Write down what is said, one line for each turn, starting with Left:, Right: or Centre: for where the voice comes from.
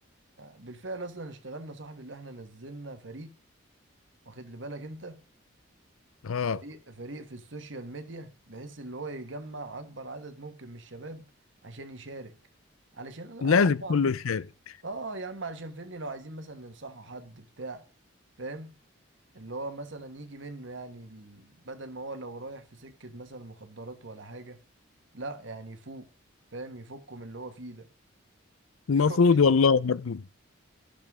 Right: بالفعل اصلا اشتغلنا صاحبي اللي احنا نزلنا فريق واخد لي بالك انت
Left: اه
Right: فريق فريق في السوشيال ميديا بحيث اللي هو يجمع اكبر عدد ممكن من الشباب عشان يشارك علشان انا
Left: لازم
Right: اه يا صاحبي
Left: كله يشارك
Right: اه يا عم علشان فهمني لو عايزين مثلا ننصحه حد بتاع فاهم اللي هو مثلا يجي منه يعني ال- بدل ما هو لو رايح في سكة مثلا مخدرات ولا حاجة لا يعني يفوق فاهم يفكه من اللي هو فيه ده
Left: المفروض
Right: <laughs>
Left: والله يا ابني